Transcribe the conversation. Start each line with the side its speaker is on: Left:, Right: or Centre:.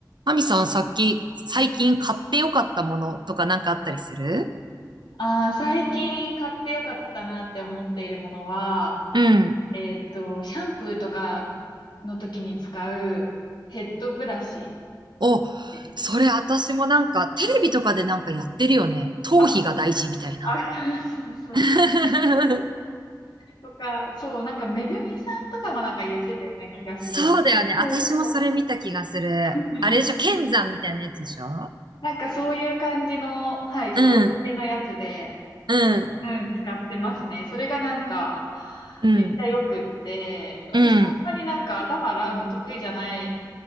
Right: マミさん、さっき、最近買ってよかったものとかなんかあったりする
Left: ああ、最近買ってよかったなって思っているものは、
Right: うん。
Left: えっと、シャンプーとかの時に使うヘッドブラシ
Right: お、
Left: です。
Right: それ私もなんか、テレビとかでなんかやってるよね。頭皮が大事みたいな。
Left: あ、あ、<laughs> そうそう
Right: <laughs>
Left: とか、そう、なんかめぐみさんとかもなんか言ってたような気がする。
Right: そうだよね。私もそれ見た気がする。
Left: そう。<laughs>
Right: あれでしょ剣山みたいなやつでしょ
Left: なんかそういう感じの、はい、
Right: うん、
Left: そういう系のやつで、
Right: うん、
Left: うん、使ってますね。それがなんか、
Right: うん、
Left: めっちゃ良くって、私もあんまりなんか頭洗うの得意じゃない
Right: うん、